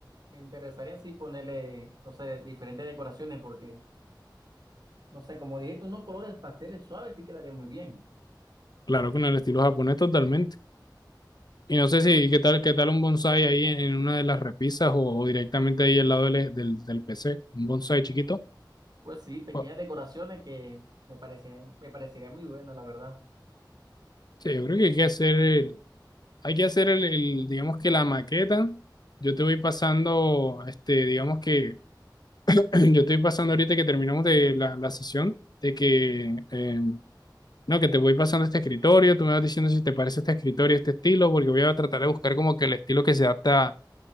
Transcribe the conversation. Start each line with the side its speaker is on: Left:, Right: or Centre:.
Right: Me interesaría sí ponerle, no sé, diferentes decoraciones porque, no sé, como dijiste, unos colores pasteles suaves sí quedaría muy bien.
Left: Claro, con el estilo japonés totalmente. Y no sé si qué tal, qué tal un bonsai ahí en, en una de las repisas o, o directamente ahí al lado del, del, del PC, un bonsai chiquito.
Right: Pues sí, pequeñas
Left: Bueno,
Right: decoraciones que me parecían, me parecería muy buena, la verdad.
Left: Sí, yo creo que hay que hacer el, hay que hacer el, el, digamos que la maqueta. Yo te voy pasando, este, digamos que <clears throat> yo te voy pasando ahorita que terminamos de la, la sesión, de que, eh, no, que te voy pasando este escritorio, tú me vas diciendo si te parece este escritorio, este estilo, porque voy a tratar de buscar como que el estilo que se adapta